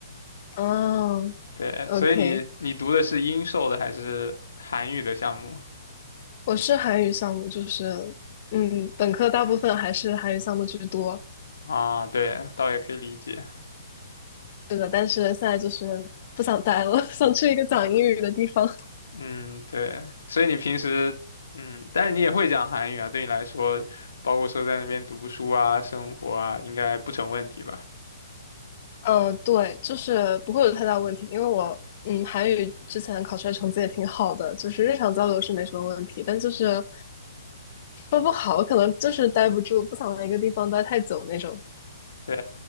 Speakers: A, on the left (about 35°); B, on the left (about 90°).
A: 嗯
B: 对，
A: ，OK，
B: 所以你你读的是英授的还是韩语的项目
A: 我是韩语项目，就是嗯，本科大部分还是韩语项目居多。
B: 啊？对，倒也可以理解。
A: 是的，但是现在就是不想待了，<laughs> 想去一个讲英语的地方。
B: 嗯，对，所以你平时嗯，但是你也会讲韩语啊，对你来说，包括说在那边读书啊、生活啊，应该不成问题吧？
A: 嗯，对，就是不会有太大问题，因为我嗯韩语之前考出来成绩也挺好的，就是日常交流是没什么问题，但就是说不好，可能就是待不住，不想在一个地方待太久那种。
B: 对，